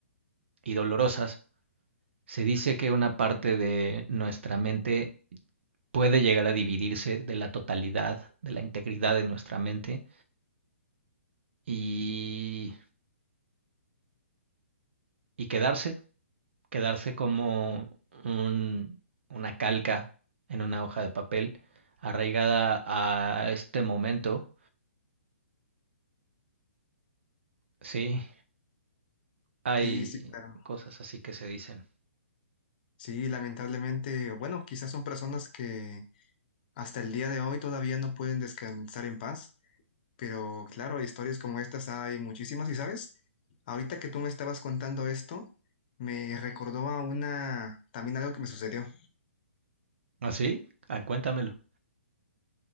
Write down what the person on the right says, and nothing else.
y dolorosas, se dice que una parte de nuestra mente puede llegar a dividirse de la totalidad, de la integridad de nuestra mente y, y quedarse, quedarse como un, una calca en una hoja de papel arraigada a este momento. Sí, hay
cosas así que se dicen.
¿Así? ¿Ah, sí? ah, cuéntamelo.